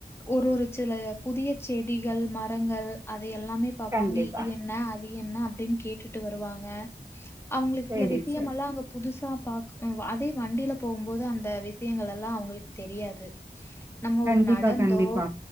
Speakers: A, on the left (about 15°); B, on the right (about 15°).
A: ஒரு ஒரு சில புதிய செடிகள் மரங்கள் அதையெல்லாம் பாப்பாங்க
B: கண்டிப்பா.
A: இது என்ன அ து என்ன அப்டின் கேட்டுட்டு வருவாங்க அவ்ங்களுக்கு
B: சரி
A: சில விஷியம்
B: சரி.
A: எல்லா அங்க புது ச பாக் அதே வண்டில போவும்போது அந்த விஷியங்கள் எல்லா அவ்ங்களுக்கு தெரியாது நம்ம
B: கண்டிப்பா
A: ஒரு நடந்தோ
B: கண்டிப்பா.